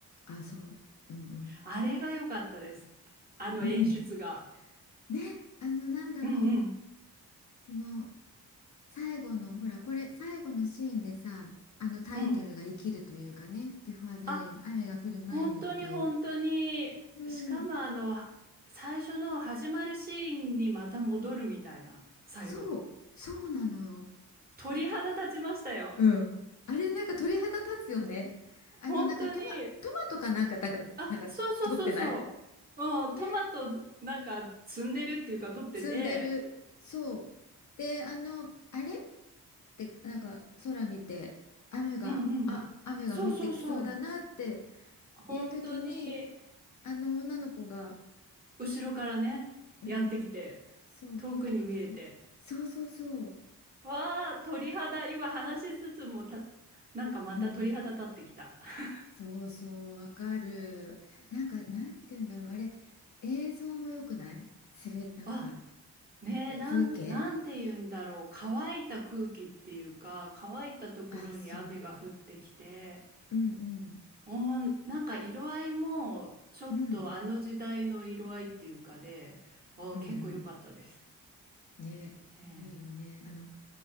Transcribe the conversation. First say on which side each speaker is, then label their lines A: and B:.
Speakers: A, on the left (about 50°); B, on the right (about 25°).
A: あ、そう。うん
B: あれが良かったです。あの演出が。
A: うん。うん。ね、あの、なんだろ
B: うんうん。
A: う。その、最後の、ほら、これ、最後のシーンでさ、あのタイトルが生きるというかね、
B: うん。
A: ビフォーザレイン、
B: あ、
A: 雨が降る前にっていう。
B: 本当に本当に、
A: うん。
B: しかもあの、最初の始まるシーンにまた戻るみたいな、最後。
A: そう、そうなのよ。
B: 鳥肌立ちましたよ。
A: うん。あれ、なんか鳥肌立つよね。あの、
B: 本当に。
A: なんかトマ、トマトかなんか、なんか、
B: あ、
A: なんか、
B: そうそうそうそう。
A: 取ってない
B: うん、
A: ね、
B: トマトなんか摘んでるっていうか取ってて、
A: 積んでる。そう。で、あの、あれでなんか空見て雨があ雨が降ってきそうだなって
B: うんうんうん。そうそうそう。本当に
A: いう時にあの女の子が
B: 後ろからね、
A: うん
B: やってきて、
A: そうトコトコそうそうそう
B: 遠くに見えて、わあ、鳥肌、今話しつつもた、なんかまた鳥肌立ってきた。
A: うん
B: <laughs>
A: そうそうわかるなんかなんて言うんだろうあれ映像も良くないすべなんか
B: あ、ねえ、
A: え風景
B: なん、なんて言うんだろう。乾いた空気っていうか、乾いたところに雨が降ってきて、
A: あそううんうん
B: おー、なんか色合いも、ちょっとあの時代の色合いっていうかで、
A: うん
B: あー、
A: うんうん
B: 結構良かったです。
A: ね、
B: ね
A: いいよね。あの、